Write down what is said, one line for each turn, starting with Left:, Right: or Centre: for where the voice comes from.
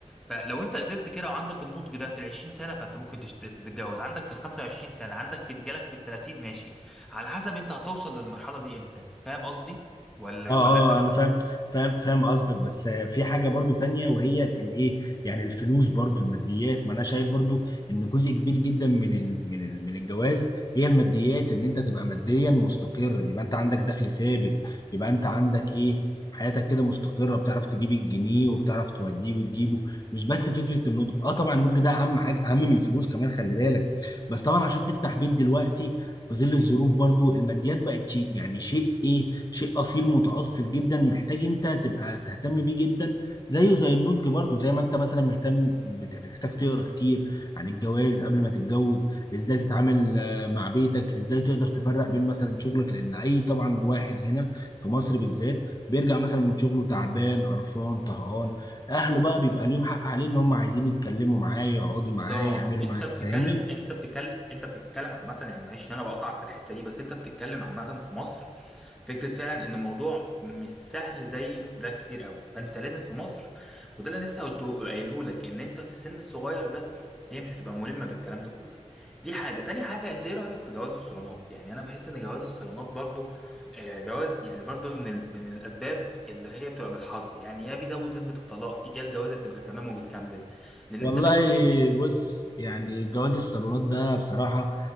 Centre: فلو انت قدرت كده وعندك النضج ده في ال 20 سنة فانت ممكن تشت- تتجوز عندك في ال 25 سنة عندك في جالك في ال 30 ماشي على حسب انت هتوصل للمرحلة دي امتى فاهم قصدي ولا
Left: اه
Centre: ولا انت مش
Left: اه انا فاهم فاهم فاهم قصدك بس آه، في حاجه برضو تانية وهي ال- الايه يعني الفلوس برضو الماديات ما انا شايف برضو ان جزء كبير جدا من ال من ال من الجواز هي الماديات ان انت تبقى ماديا مستقر يبقى انت عندك دخل ثابت يبقى انت عندك ايه حياتك كده مستقره بتعرف تجيب الجنيه وبتعرف توديه وتجيبه مش بس فكره النضج اه طبعا النضج ده اهم حاجه اهم من الفلوس كمان خلي بالك بس طبعا عشان تفتح بيت دلوقتي في ظل الظروف برضو الماديات بقت شيء يعني شيء ايه شيء اصيل متأصل جدا محتاج انت تبقى تهتم بيه جدا زيه زي النضج برضو زي ما انت مثلا مهتم بت- بتحتاج تقرا كتير عن الجواز قبل ما تتجوز ازاي تتعامل آه، مع بيتك ازاي تقدر تفرق بين مثلا شغلك لان اي طبعا واحد هنا في مصر بالذات بيرجع مثلا من شغله تعبان قرفان طهقان اهله بقى بيبقى ليهم حق عليه ان هم عايزين يتكلموا معاه يقعدوا
Centre: بالظبط
Left: معاه يعملوا
Centre: انت
Left: معاه
Centre: بتتكلم
Left: فاهمني
Centre: انت بتتكلم انت بتتكلم عامه يعني معلش إن انا بقطعك في الحته دي بس انت بتتكلم عامه في مصر فكره فعلا ان الموضوع مش سهل زي في بلاد كتير قوي فانت لازم في مصر وده اللي أنا لسه قلته قايله لك ان انت في السن الصغير ده هي مش هتبقى ملمه بالكلام ده كله دي حاجه تاني حاجه انت ايه رايك في جواز الصالونات يعني انا بحس ان جواز الصالونات برضو آه، جواز يعني برضو من ال- من الاسباب اللي هي بتبقى بالحظ يعني يا بيزود نسبه الطلاق يا الجوازه بتبقى تمام وبتكمل لان
Left: والله
Centre: انت بتجيب
Left: بص يعني جواز الصالونات ده بصراحة